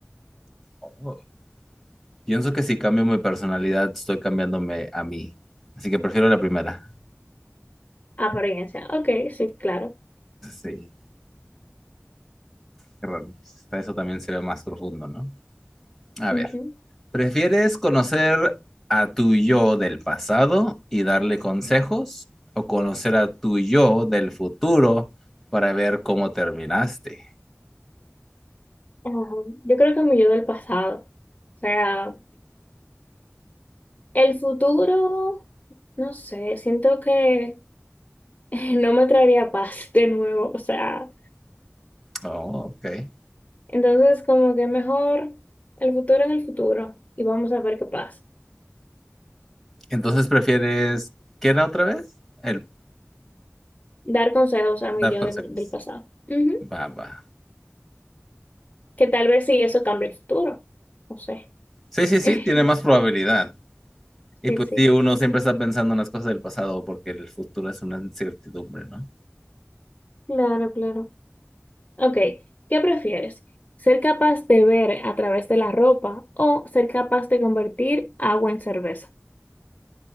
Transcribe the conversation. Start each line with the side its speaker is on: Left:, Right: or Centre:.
Centre: Oh. Pienso que si cambio mi personalidad, estoy cambiándome a mí. Así que prefiero la primera.
Left: Apariencia. Ok, sí, claro.
Centre: Sí, qué raro. Hasta Eso también se ve más profundo, ¿no? A
Left: Ujú.
Centre: ver, ¿prefieres conocer a tu yo del pasado y darle consejos o conocer a tu yo del futuro para ver cómo terminaste?
Left: Ajá. Yo creo que mi yo del pasado. O sea, el futuro, no sé, siento que <laughs> no me traería paz de nuevo. O sea,
Centre: Oh, ok.
Left: entonces como que mejor el futuro en el futuro y vamos a ver qué pasa.
Centre: Entonces prefieres, ¿qué era otra vez? El
Left: Dar consejos a mi
Centre: dar
Left: yo
Centre: consejos.
Left: del del pasado. Ujú.
Centre: Va, va.
Left: Que tal vez sí eso cambie el futuro. No sé.
Centre: Sí, sí, sí,
Left: <laughs>
Centre: tiene más probabilidad. Y
Left: Sí,
Centre: pues
Left: sí.
Centre: sí, uno siempre está pensando en las cosas del pasado porque el futuro es una incertidumbre, ¿no?
Left: Claro, claro. Ok, ¿qué prefieres? ¿Ser capaz de ver a través de la ropa o ser capaz de convertir agua en cerveza?